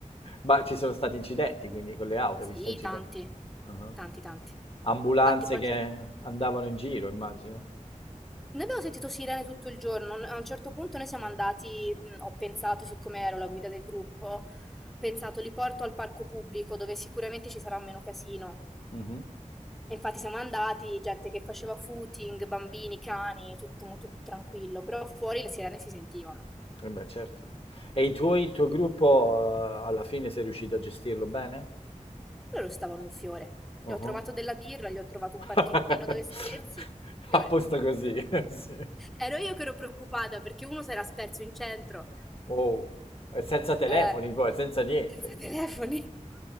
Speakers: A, on the left; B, in the centre.
A: ma ci sono stati incidenti, quindi con le auto,
B: Sì,
A: hai visto inciden
B: tanti,
A: ah-ah.
B: tanti, tanti.
A: Ambulanze
B: Infatti, poi a un
A: che
B: certo-
A: andavano in giro, immagino.
B: Noi abbiamo sentito sirene tutto il giorno, a un certo punto noi siamo andati, mh, ho pensato, siccome ero la guida del gruppo, ho pensato li porto al parco pubblico dove sicuramente ci sarà meno casino.
A: Mh-mh.
B: E infatti siamo andati, gente che faceva footing, bambini, cani, tutto molto più tranquillo, però fuori le sirene si sentivano.
A: Eh beh, certo. E i tuoi il tuo gruppo, uhm, alla fine sei riuscito a gestirlo bene?
B: Loro stavano un fiore. Gli
A: Ah-ah.
B: ho trovato della birra, gli ho trovato un
A: <laughs>
B: parchettino dove sedersi, fiore.
A: Apposta così, <laughs> sì.
B: Ero io che ero preoccupata perché uno si era sperso in centro,
A: Oh, e senza telefoni
B: eh,
A: poi, senza niente.
B: senza telefoni.